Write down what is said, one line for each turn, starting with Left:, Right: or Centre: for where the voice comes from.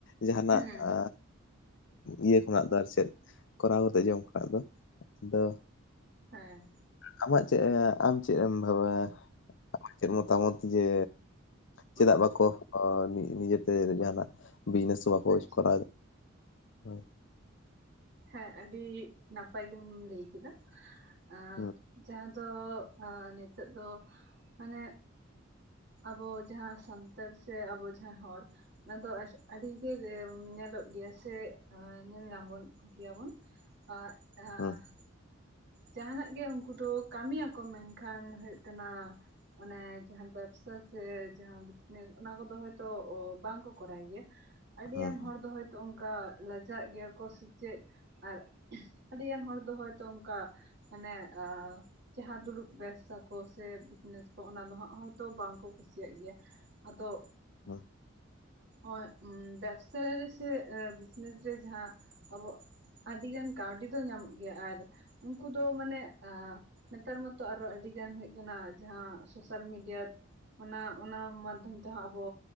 Left: ᱡᱟᱦᱟᱸᱱᱟᱜ
Right: ᱦᱩᱸ
Left: ᱟ ᱤᱭᱟᱹ ᱠᱷᱚᱱᱟᱜ ᱫᱚ ᱟᱨ ᱪᱮᱫ ᱠᱚᱨᱟᱣ ᱠᱟᱛᱮᱫ ᱡᱚᱢ ᱠᱷᱚᱱᱟᱜ ᱫᱚ ᱟᱫᱚ
Right: ᱦᱮᱸ᱾
Left: ᱟᱢᱟᱜ ᱪᱮᱫ ᱟᱢ ᱪᱮᱫ ᱮᱢ ᱵᱷᱟᱵᱟᱣᱟ ᱟᱢᱟᱜ ᱪᱮᱫ ᱢᱚᱛᱟᱢᱚᱛ ᱡᱮ ᱪᱮᱫᱟᱜ
Right: ᱟᱪᱪᱷᱟ
Left: ᱵᱟᱠᱚ ᱚ ᱱᱤᱡᱮᱛᱮ ᱡᱟᱦᱟᱱᱟᱜ ᱵᱤᱡᱽᱱᱮᱥ ᱦᱚᱸ ᱵᱟᱠᱚ
Right: ᱟᱪᱪᱷᱟ
Left: ᱠᱚᱨᱟᱣᱟ ᱫᱟ? ᱦᱳᱭ᱾
Right: ᱦᱮᱸ ᱟᱹᱰᱤ ᱱᱟᱯᱟᱭ ᱜᱮᱢ ᱞᱟᱹᱭ ᱠᱮᱫᱟ ᱟᱸ
Left: ᱦᱩᱸ
Right: ᱡᱟᱦᱟᱸ ᱫᱚ ᱛᱚ ᱱᱤᱛᱳ ᱫᱚ ᱢᱟᱱᱮ ᱟᱵᱚ ᱡᱟᱦᱟᱸ ᱥᱟᱱᱛᱟᱲ ᱥᱮ ᱟᱵᱚ ᱡᱟᱦᱟᱸᱭ ᱦᱚᱲ ᱚᱱᱟ ᱫᱚ ᱟᱹᱰᱤ ᱤᱠᱟᱹᱜᱮ ᱧᱮᱞᱚᱜ ᱜᱮᱭᱟ ᱥᱮ ᱧᱮᱞ ᱧᱟᱢ ᱟᱵᱚᱱ᱾ ᱜᱮᱭᱟᱵᱚᱱ <unintelligible>
Left: ᱦᱩᱸ
Right: ᱡᱟᱦᱟᱱᱟᱜ ᱜᱮ ᱩᱱᱠᱩ ᱫᱚ ᱠᱟᱹᱢᱤᱭᱟᱠᱚ ᱢᱮᱱᱠᱷᱟᱱ ᱦᱩᱭᱩᱜ ᱠᱟᱱᱟ ᱚᱱᱮ ᱡᱟᱦᱟᱸ ᱵᱮᱵᱥᱟ ᱥᱮ ᱡᱟᱦᱟᱸ ᱵᱤᱡᱱᱮᱥ ᱚᱱᱟ ᱠᱚᱫᱚ ᱦᱚᱭᱛᱚ ᱵᱟᱝᱠᱚ ᱠᱚᱨᱟᱣ ᱜᱮᱭᱟ? ᱟᱹᱰᱤ
Left: ᱦᱩᱸ
Right: ᱜᱟᱱ ᱦᱚᱲ ᱫᱚ ᱦᱚᱭᱛᱚ ᱚᱱᱠᱟ ᱞᱟᱡᱟᱜ ᱜᱮᱭᱟ ᱠᱚ ᱥᱮᱪᱮᱫ ᱟᱨ ᱟᱹᱰᱤ ᱜᱟᱱ ᱦᱚᱲ ᱫᱚ ᱦᱚᱭᱛᱚ ᱠᱟ ᱢᱟᱱᱮ ᱟ ᱡᱟᱦᱟᱸ ᱫᱩᱲᱩᱵ ᱵᱮᱵᱥᱟ ᱠᱚ ᱥᱮ ᱵᱤᱡᱽᱱᱮᱥ ᱠᱚ ᱚᱱᱟ ᱫᱚ ᱦᱟᱸᱜ ᱦᱚᱭᱛᱚ ᱵᱟᱝᱠᱚ ᱠᱩᱥᱤᱭᱟᱜ ᱜᱮᱭᱟ᱾ ᱟᱫᱚ
Left: ᱦᱩᱸ
Right: ᱚᱭ ᱵᱮᱵᱥᱟ ᱨᱮ ᱥᱮ ᱵᱤᱡᱽᱱᱮᱥ ᱨᱮ ᱡᱟᱦᱟᱸ ᱟᱵᱚᱣᱟᱜ ᱟᱹᱰᱤᱜᱟᱱ ᱠᱟᱹᱣᱰᱤ ᱫᱚ ᱧᱟᱢᱚᱜ ᱜᱮᱭᱟ ᱟᱨ ᱩᱱᱠᱩ ᱫᱚ ᱢᱟᱱᱮ ᱟ ᱱᱮᱛᱟᱨ ᱢᱟᱛᱚ ᱟᱨᱚ ᱟᱹᱰᱤ ᱜᱟᱱ ᱦᱮᱡᱽ ᱟᱠᱟᱱᱟ ᱡᱟᱦᱟᱸ ᱥᱳᱥᱟᱞ ᱢᱤᱰᱤᱭᱟ ᱚᱱᱟ ᱚᱱᱟ ᱢᱟᱫᱽᱫᱷᱚᱢ ᱛᱮᱦᱚᱸ ᱟᱵᱚ